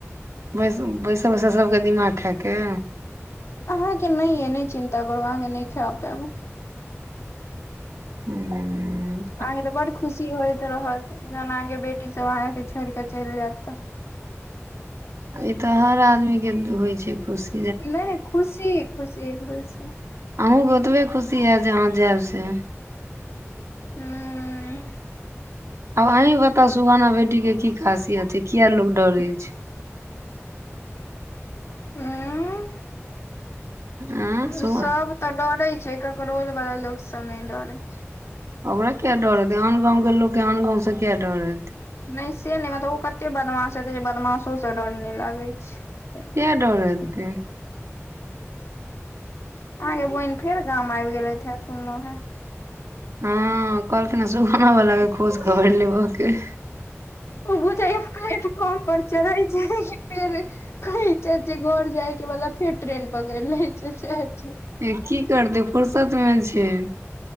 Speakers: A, on the right; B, on the left.
A: बैस-बैसल-बैसल सबके दिमाग खैके?
B: अहाँ के नै ऐ, नै चिन्ता करू अहाँ के नहि खेब पेब।
A: हूँ।
B: अहाँके तऽ बड खुशी होइत रहत, जहन अहाँके बेटी सब अहाँके छोइड़ क चैल जेत तऽ।
A: ई तऽ हर आदमी के दु-होइ छै खुश।
B: नै खुशी-खुसी एक बेर स।
A: अहूँके ओतबे खुशी हैत जे अहाँ जेब से।
B: हूँ।
A: आव अहीं बताउ सुगौना बेटी के की खासियत छै, किये लोग डरै छै?
B: हूँ
A: आँ
B: और
A: सो
B: सब तऽ डरै छै, ककरौल बला लोक सब नैल् डरै छ।
A: हमरा किये डर हेतै, आन गाँवके लोकके आन गाँंव से किये डर हेत?
B: नहि से नहि मतलब ओ कतै बदमाश हेतै जे बदमासो सऽ डर नहि लागै छै।
A: किया डर हेते।
B: आहँके बोहिन फेर गाम आबि गेलेथि हे सुनंलौ हें।
A: हँ कहलखि हे सुगोना बला के खोज खबैर
B: हें
A: लेबऽ के अए।
B: ओ बुझैया प्लेटफॉम पर चरहैय छै कि फेर। कहै छथि जे घर जाय के बदला फेर ट्रेन पकड़ि लै छै सेहे छै।
A: ई की करतै फुरसत मे छै।